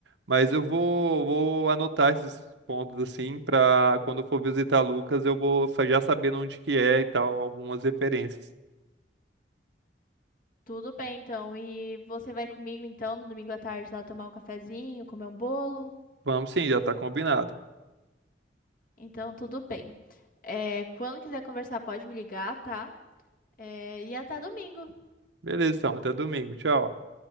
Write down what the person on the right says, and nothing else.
Mas eu vou, vou anotar esses pontos, assim, para quando for visitar Lucas, eu vou sa- já sabendo onde que é e tal, algumas referências.
Vamos sim, já tá combinado.
Beleza, então, até domingo. Tchau.